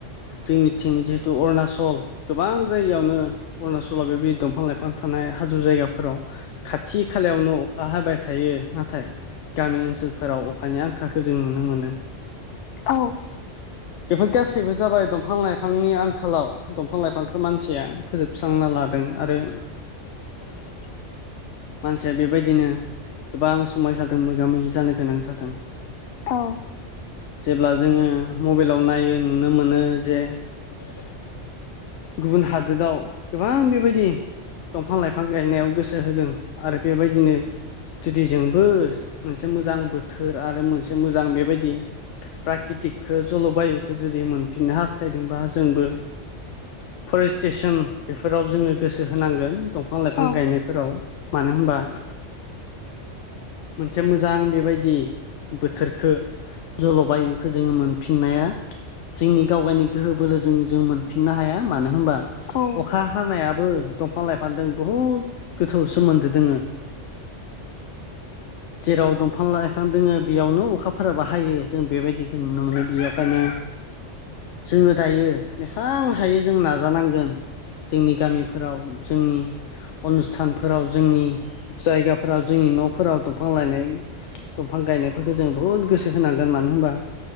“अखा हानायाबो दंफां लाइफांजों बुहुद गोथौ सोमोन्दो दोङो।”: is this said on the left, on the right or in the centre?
Left